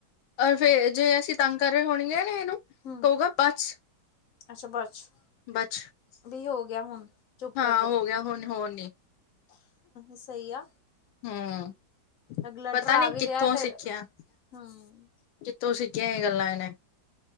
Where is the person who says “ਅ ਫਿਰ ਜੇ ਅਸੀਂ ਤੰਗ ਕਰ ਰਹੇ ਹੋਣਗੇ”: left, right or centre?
Left